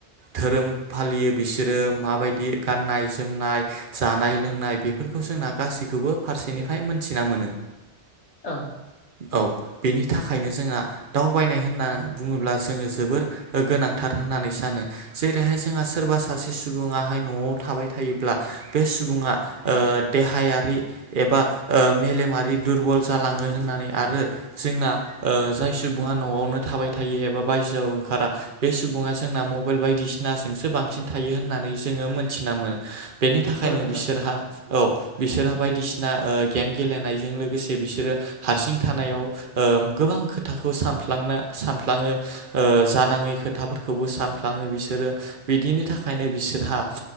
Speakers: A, on the right (about 55°); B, on the left (about 80°).
A: धोरोम फालियो बिसोरो माबायदि गाननाय जोमनाय जानाय लोंनाय बेफोरखौ जोंना गासैखौबो फारसेनिफ्राय मोन्थिना मोनो।
B: औ
A: औ बेनि थाखायनो जोंहा दावबायनाय होनना बुङोब्ला जोङो जोबोर गोनांथार होननानै सानो। जेरैहाय जोंहा सोरबा सासे सुबुङा बेाहाय न'आव थाबाय थायोब्ला बे सुबुङा ओ देहायारि एबा ओ मेलेमारि दुरबल जालाङो होननानै आरो जोंना ओ जाय सुबुङा न'आवनो थाबाय थायो एबा बायजोआव ओंखारा बे सुबुङा जोंना मबाइल बायदिसिनाजोंसो बांसिन थायो होननानै जोङो मोनथिना मोनो बेनि थाखायनो
B: औ नोंथां
A: बिसोरहा औ बिसोरहा बायदिसिना ओ गेम गेलेनायजों लोगोसे बिसोरो हारसिं थानायाव ओ गोबां खोथाखौ सानफ्लांनो सानफ्लाङो। ओ जानाङै खोथाफोरखौबो सानफ्लाङो बिसोरो बिदिनि थाखायनो बिसोर जोहा